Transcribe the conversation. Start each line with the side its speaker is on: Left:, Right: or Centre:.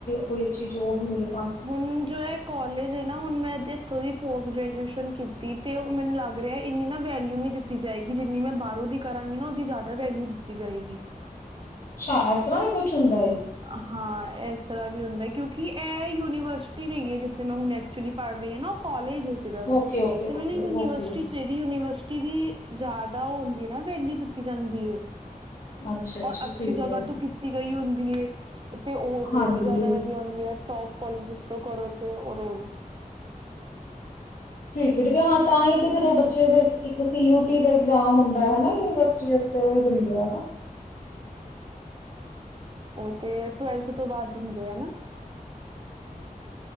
Left: ਕੋਈ ਅੱਛੀ ਜੋਬ ਮਿਲੇ
Right: ਹੁਣ ਜੋ ਹੈ, ਕਾੱਲੇਜ। ਦੇਣਾ ਹੁਣ ਮੈਂ ਗਿਫ਼੍ਟ। ਤੁਸੀ ਪੋਸਟ ਗ੍ਰੈਜੂਏਸ਼ਨ ਕੀਤੀ ਤੇ ਉਹ ਮੈਨੂੰ ਲੱਗ ਰਿਹਾ ਏਨੀ ਨਾ ਵੈਲਿਊ ਨੀ ਦਿੱਤੀ ਜਾਏਗੀ, ਜਿੰਨੀ ਮੈਂ ਬਾਹਰੋਂ ਦੀ ਕਰਾਂਗੀ ਨਾ ਉਹਦੀ ਜ਼ਿਆਦਾ ਵੈਲਿਊ ਦਿੱਤੀ ਜਾਏਗੀ।
Left: ਅੱਛਾ ਇਸ ਤਰ੍ਹਾਂ ਵੀ ਕੁਛ ਹੁੰਦਾ ਏ।
Right: ਹਾਂ ਇਸ ਤਰ੍ਹਾਂ ਵੀ ਹੁੰਦਾ ਕਿਉਂਕਿ ਇਹ ਯੂ ਯੂਨੀਵਰਸਿਟੀ ਵੀ ਹੈਹੀ ਹੈ ਜਿੱਥੇ ਮੈਂ ਹੁਣ ਐਕਚੁਅਲੀ ਪੜ ਰਹੀ ਹਾਂ ਨਾ। ਕਾਲਜ ਹੈ ਸਿਰਫ਼,
Left: ਓਕੇ ਓਕੇ
Right: ਤੇ ਮੈਨੂੰ
Left: ਓਕੇ
Right: ਯੂਨੀਵਰਸਿਟੀ
Left: ਓਕੇ
Right: ਚਾਹੀਦੀ ਯੂਨੀਵਰਸਿਟੀ। ਈਦੀ ਜਿਆਦਾ ਹੋਂਦੀ ਦੀ ਨਾ, ਵੈਲਿਊ ਦਿੱਤੀ ਜਾਂਦੀ ਐ।
Left: ਅੱਛਾ ਅੱਛਾ
Right: ਔਰ ਅੱਛੀ
Left: ਠੀਕ
Right: ਜਗ੍ਹਾ
Left: ਹੈ
Right: ਤੋ ਕੀਤੀ ਗਈ ਹੁਣ ਦੀ <unintelligible> ਤੇ ਔ
Left: ਹਾਂਜੀ
Right: ਹੋਰ ਵੀ ਜਿਆਦਾ ਵਧੀਆ ਹੁੰਂਦੀ ਹੈ। ਟੋਪ <unintelligible> ਕਾੱਲ ਜਿਸ ਨੂ ਕਰੋ, ਤੇ ਔ ਰੋ
Left: ਠੀਕ ਹੈ, ਠੀਕ ਹੈ, ਹਾਂ ਤਾਂ ਹੀ ਤੇ ਫਿਰ ਔ ਬ ੇ <inaudible> ਸੀ ਈ ਟੀ ਦਾ ਇਗਜ਼ਾਮ ਹੁੰਦਾ ਹੈ, ਹੈਨਾ ਯੂਨੀਵਰਸਿਟੀ ਵਾਸਤੇ, ਔ ਹੀ ਦਿੰਦੇ ਹੈਨਾ।
Right: ਔ ਤੇ ਟੁਵੈਲਥ ਤੋਂ ਬਾਅਦ ਹੁਂਦੇ ਦੇ ਐ ਨਾ।